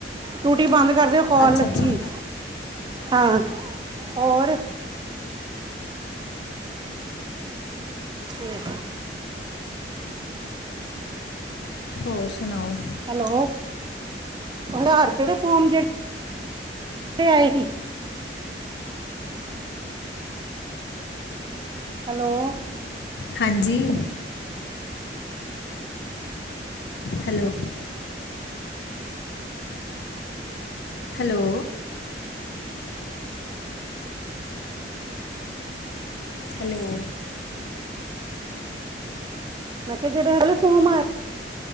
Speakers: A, on the right; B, on the left.
A: ਟੂਟੀ ਬੰਦ ਕਰਦੋ ਕਾਲ
B: ਅੱਛਾ
A: ਲੱਗੀ
B: ਅੱਛਾ
A: ਹੋਈ। ਹਾਂ ਹੋਰ। ਤੇ-
B: ਹੋਰ ਸੁਣਾਓ?
A: ਹੈਲੋ, ਹਡਾਂਰ ਪੇ ਦੇ ਫੋਮ ਜੇੜੇ ਤੇ ਆਏ ਹੀ। ਹੈਲੋ-
B: ਹਾਂਜੀ- ਹੈਲੋ- ਹੈਲੋ- ਹੈਲੋ-
A: ਮੈਂ ਕਿਹਾ ਜਿਹੜੇ ਹਲੇ ਫੋਮ ਆਏ-